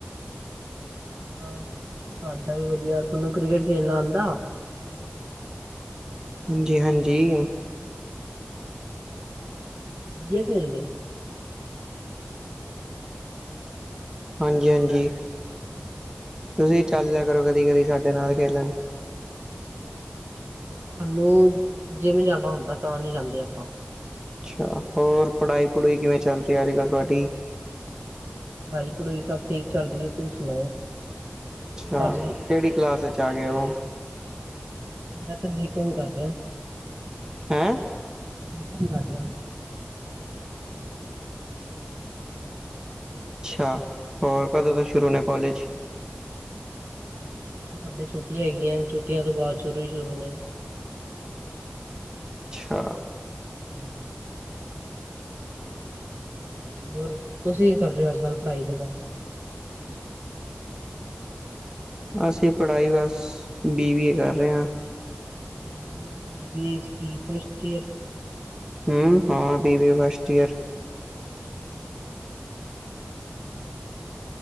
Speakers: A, on the right; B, on the right.
A: ਬਸ ਸਾਡਾ ਵੀ ਵਧੀਆ, ਤੁਹਾਨੂੰ ਕ੍ਰਿਕਟ ਖੇਲਣਾ ਆਂਦਾ?
B: ਹਾਂਜੀ-ਹਾਂਜੀ।
A: ਵਧੀਆ ਖੇਲਦੇ?
B: ਹਾਂਜੀ-ਹਾਂਜੀ। ਤੁਸੀਂ ਵੀ ਚੱਲ
A: ਹਮ
B: ਲਿਆ ਕਰੋ ਕਦੀ-ਕਦੀ ਸਾਡੇ ਸਾਡੇ ਨਾਲ ਖੇਲਣ।
A: ਸਾਨੂੰ ਜਿਵੇ ਜਾਣਾ ਹੁੰਦਾ, ਤਾਂ ਨੀ ਜਾਂਦੇ ਆਪਾਂ।
B: ਅੱਛਾ, ਹੋਰ ਪੜ੍ਹਾਈ ਪੜ੍ਹੂਈ ਕਿਵੇਂ ਚੱਲ ਰਹੀ ਹੈ ਅਜ ਕੱਲ੍ਹ ਤੁਹਾਡੀ?
A: ਪੜੋਈ ਪੜੂਈ ਸਬ ਠੀਕ ਚੱਲ ਰਹੀ ਹੈ, ਤੁਸੀਂ ਸੁਣਾਓ?
B: ਅੱਛਾ,
A: ਤੁਹਾਡੀ
B: ਕਿਹੜੀ ਕਲਾਸ ਵਿਚ ਆ ਗਏ ਉ?
A: ਮੈਂ ਤੇ ਬੀ ਕੋਮ ਕਰ ਰਿਹਾ
B: ਹੈਂ
A: ਕੀ ਕੰ ਕਰ ਰਿਹਾ
B: ਅੱਛਾ ਹੋਰ ਕਦੋਂ ਤੋਂ ਸ਼ੁਰੂ ਨੇ ਕਲਾਜ
A: ਬ ਛੁੱਟੀ ਹੈਗੀੀਆਂ ਛੁੱਟੀਆਂ ਤੋਂ ਬਾਅਦ ਸ਼ੁਰੂ ਹੀ ਸ਼ੁਰੂ ਨੇ
B: ਅਛਾ
A: ਹਮ ਹਮ ਹੋਰ ਤੁਸੀਂ ਕੀ ਕਰਦੇ ਹੋ ਅੱਜ ਕੱਲ੍ਹ ਪੜ੍ਹਾਈ ਦੇ ਬਾਅਦ
B: ਅਸੀਂ ਪੜ੍ਹਾਈ ਬਸ ਬੀ ਏ ਕਰ ਰਹੇ ਹਾਂ
A: ਬ ਚ ਕੀ ਸੀ ਫਸਟ ਈਅਰ
B: ਹਮ ਹਾਂ ਬੀਬੀ ਫਸਟ ਈਅਰ
A: ਹਮ ਹਮ